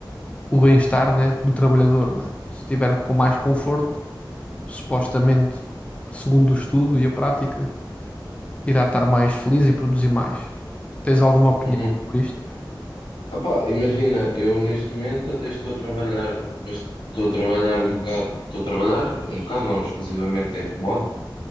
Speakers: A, on the left (about 15°); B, on the left (about 85°).
A: o bem-estar, né, do trabalhador, né? Se estiver com mais conforto, supostamente, segundo o estudo e a prática, irá estar mais feliz e produzir mais. Tens alguma opinião
B: uhum.
A: sobre isto?
B: Ah pá, imagina, eu neste momento até estou a trabalhar, bas- estou a trabalhar um bocado, estou a trabalhar um bocado, não, exclusivamente em remoto,